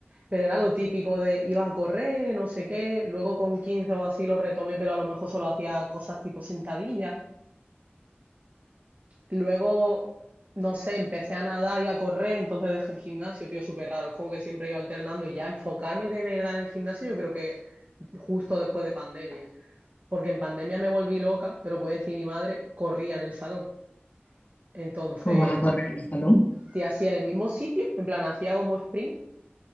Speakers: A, on the right; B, on the left.
A: pero era lo típico de iba a correr, no sé qué, luego con 15 o así lo retomé, pero a lo mejor solo hacía cosas tipo sentadillas. Luego, no sé, empecé a nadar y a correr, entonces dejé el gimnasio, tío, súper raro, es como que siempre iba alternando y ya enfocarme de verdad en el gimnasio yo creo que justo después de pandemia, porque en pandemia me volví loca, te lo puede decir mi madre, corría en el salón. Entonces,
B: Pues vas a correr en el salón.
A: te hacía en el mismo sitio, en plan, hacía como sprint,